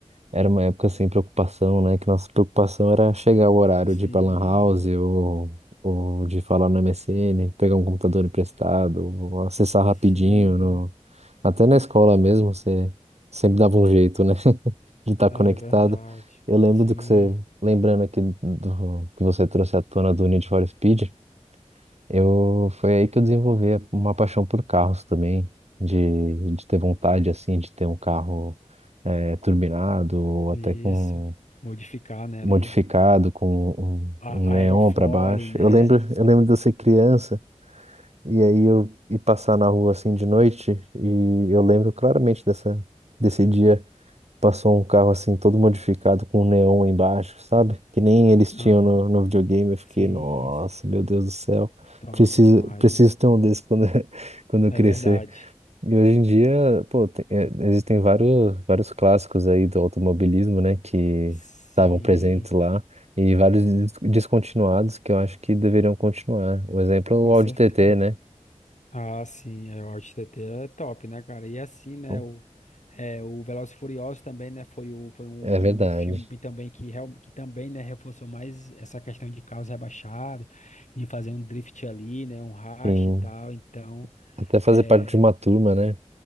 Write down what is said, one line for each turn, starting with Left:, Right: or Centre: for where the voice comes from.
Right: Era uma época sem preocupação, né? Que nossa preocupação era chegar o horário
Left: Sim,
Right: de ir pra Lan House ou, ou de falar no MSN, pegar um computador emprestado, ou acessar rapidinho.
Left: sim,
Right: No... Até na escola mesmo, você sempre dava um jeito, né? <laughs> De estar
Left: é
Right: conectado.
Left: verdade.
Right: Eu lembro
Left: Sim,
Right: do que você, lembrando aqui do que você trouxe à tona do Need for Speed, eu, foi aí que eu desenvolvi uma paixão por carros também, de, de ter vontade, assim, de ter um carro eh, turbinado, ou
Left: Isso.
Right: até com
Left: Modificar, né, ali.
Right: modificado, com um,
Left: A,
Right: um neon
Left: aerofólio,
Right: para baixo.
Left: né?
Right: Eu lembro, eu lembro de eu ser criança, e aí eu ir passar na rua, assim, de noite, e eu lembro claramente dessa, desse dia. Passou um carro assim todo modificado com um neon embaixo, sabe? Que nem eles tinham
Left: aham,
Right: no, no videogame. Eu fiquei,
Left: sim,
Right: nossa,
Left: sim,
Right: meu Deus do céu.
Left: Top
Right: Preciso,
Left: demais,
Right: preciso
Left: né?
Right: ter um desse quando, <laughs> quando eu
Left: É
Right: crescer.
Left: verdade.
Right: E hoje em dia, pô, tem- é, existem vários, vários clássicos aí do automobilismo, né? Que
Left: sim,
Right: estavam presentes lá. E vários des- descontinuados que eu acho que deveriam continuar. O exemplo é
Left: com
Right: o Audi
Left: certeza.
Right: TT, né?
Left: Ah, sim, é, o OutTT é top, né, cara? E assim, né,
Right: Então,
Left: o, é, o Velozes e Furiosos também, né, foi, o, foi, um, foi
Right: É verdade.
Left: um filme também que, real, que também, né, reforçou mais essa questão de carros rebaixados, de fazer um drift ali, né, um racha
Right: Sim.
Left: e tal, então,
Right: Até fazer
Left: é,
Right: parte de uma turma, né?